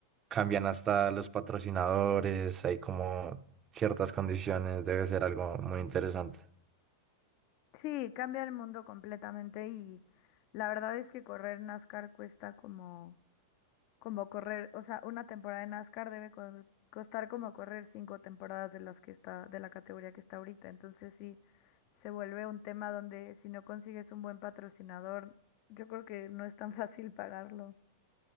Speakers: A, on the right; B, on the left.
A: cambian hasta los patrocinadores, hay como ciertas condiciones, debe ser algo muy interesante.
B: Sí, cambia el mundo completamente y la verdad es que correr NASCAR cuesta como... como correr, o sea, una temporada de NASCAR debe co- costar como correr cinco temporadas de las que está, de la categoría que está ahorita. Entonces sí, se vuelve un tema donde si no consigues un buen patrocinador, yo creo que no es tan <laughs> fácil pararlo.